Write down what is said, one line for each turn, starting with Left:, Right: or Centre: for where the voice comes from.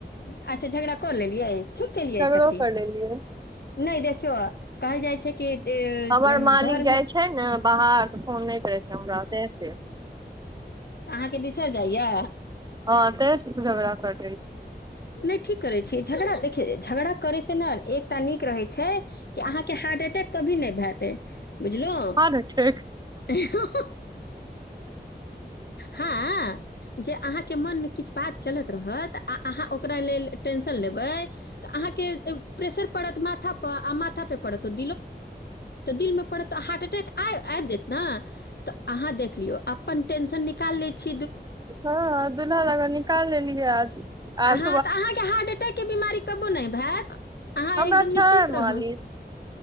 Left: अच्छा झगड़ा कऽ लेलियै ठीक केलियै
Right: झगड़ो
Left: सखी
Right: कर लेलियए
Left: नहि देखियौ कहल जाइ छै कि ए,
Right: हमर मालिक
Left: घरमे
Right: जाइत छै ने बाहर तऽ फोन नहि करै छै हमरा ओतय एत
Left: तऽ अहाँके बिसरि जाइया
Right: हँ त झगड़ा कर
Left: नहि ठीक करै छीय झगड़ा देखिय झगड़ा करै से ने एकटा नीक रहै छै कि अहाँके हा अटै कभी नहि भतै बुझलहु
Right: हँ ने ठीक
Left: ह हँ जे अहाँके मोनमे किछु बात चलत रहत आ अहा ओ ओकरा लेल टेंशन लेवई त अहा के प्रेशर परत माथा पर आ माथा पे परत त दिक्कत दिलो में परत त हार्ट अटैक आ आ जाइट ना त अहा देखियो आ अपन टेंशन निकाल ले छै
Right: हँ दुल्हा लग निकाल लेलियै आज आज
Left: त अहा के हार्ट अटैक के बीमारी कबो ना भेल अहाँ
Right: हमरा
Left: एकदम
Right: छै
Left: निश्चित
Right: मालिक
Left: रहू